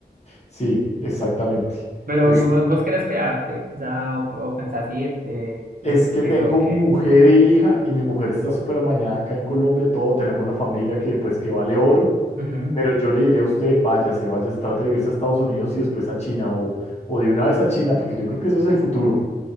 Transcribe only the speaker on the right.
Pero,
¿y vos, vos querés quedarte? O sea, o, o pensás irte al
extranjero
o qué?
Ujú.